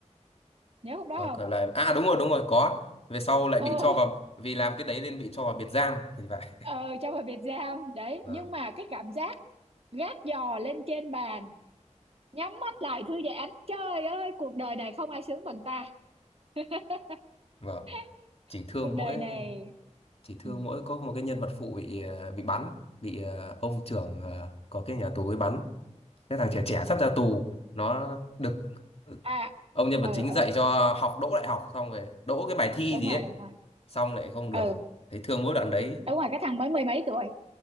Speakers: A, on the right (about 55°); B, on the left (about 55°).
A: nhớ lúc đó
B: có
A: không
B: cửa lại à đúng rồi đúng rồi có về sau lại
A: ờ
B: bị
A: <laughs>
B: cho vào vì làm cái đấy nên bị cho vào biệt giam <laughs> thì phải
A: ờ cho vào Việt Giao đấy
B: vâng
A: nhưng mà cái cảm giác gác giò lên trên bàn nhắm mắt lại thư giãn trời ơi cuộc đời này không ai sướng bằng ta <laughs>
B: vâng chỉ thương
A: cuộc đời
B: mỗi
A: này
B: chị Thương
A: ừ.
B: mỗi có một cái nhân vật phụ bị ờ, bị bắn bị ờ, ông trưởng ờ, có cái nhà tù ấy bắn cái thằng trẻ trẻ sắp ra tù nó được ừ,
A: à
B: ông nhân
A: ờ
B: vật chính
A: ờ
B: dạy cho học đỗ đại học xong rồi đỗ cái bài thi
A: đúng
B: gì
A: rồi
B: ấy
A: đúng rồi
B: xong lại không được
A: ừ
B: thấy thương mỗi đoạn đấy
A: đúng rồi cái thằng mới mười mấy tuổi